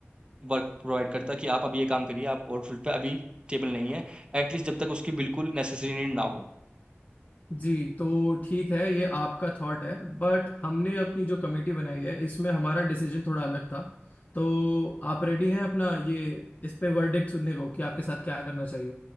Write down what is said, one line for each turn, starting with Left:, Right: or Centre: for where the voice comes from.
Right: वर्क प्रोवाइड करता कि आप अभी ये काम करिए आप वर्ल्ड फील्ड पे अभी टेबल नहीं है एटलीस्ट जब तक उसकी बिल्कुल नेसेसरी नीड ना हो
Left: जी तो ठीक है ये आपका थॉट है बट हमने अपनी जो कमेटी बनाई है इसमें हमारा डिसीजन थोड़ा अलग था तो आप रेडी हैं अपना ये इस पे वर्डिक्ट सुनने को कि आपके साथ क्या करना चाहिए